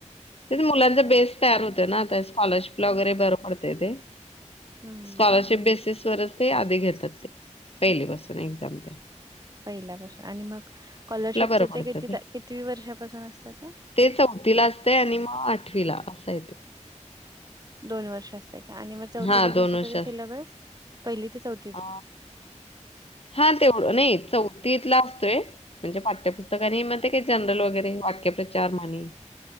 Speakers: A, on the left; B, on the right.
A: तेच मुलांचा
B: बर
A: बेस
B: बर
A: तयार होतंय ना, ते स्कॉलरशिपला वगैरे बरं पडतंय ते,
B: हम्म
A: स्कॉलरशिप
B: हम्म हम्म
A: बेसिस वरच ते आधी घेतात ते, पहिली पासून एक्झाम त्या.
B: पहिल्यापासून आणि मग स्कॉलरशिपच
A: बरं पडतं
B: ते किती कितीवी वर्षापासून असतं ते?
A: ते चौथीला असतंय आणि मग आठवीला असंय ते.
B: दोन वर्ष असतंय का? आणि मग चौथीला
A: हा
B: जे
A: दोन
B: असतंय
A: वर्ष
B: ते सिलेबस पहिली ते चौथी
A: अ हा तेवढं नाही चौथीतला असतोय. म्हणजे पाठ्यपुस्तक आणि म ते काय जनरल वगैरे वाक्यप्रचार, म्हणी